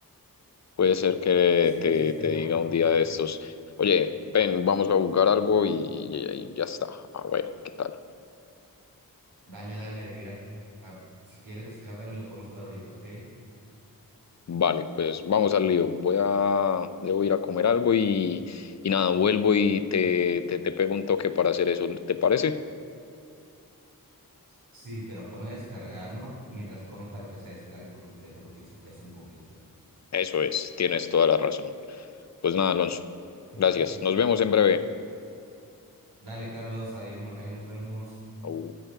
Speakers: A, on the left (about 50°); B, on the right (about 75°).
A: Puede ser que
B: Sí,
A: te,
B: sí, estaría
A: te diga
B: bueno.
A: un día de estos, oye, ven, vamos a jugar algo y, y- y ya está. Ah, bueno, ¿qué tal?
B: Dale, dale, mira, a- si quieres, descárgalo y lo podemos jugar ahorita, ¿ok?
A: Vale, pues vamos al lío. Voy a, debo ir a comer algo y, y nada, vuelvo y te, te, te pego un toque para hacer eso. ¿Te parece?
B: Sí, pero ponlo a descargar, ¿no? Mientras comes para que se descargue por completo porque sí pesa un poquito.
A: Eso es, tienes toda la razón. Pues nada, Alonso.
B: <laughs>
A: Gracias. Nos vemos en breve.
B: Dale, Carlos, adiós, no- ahí nos vemos.
A: Au.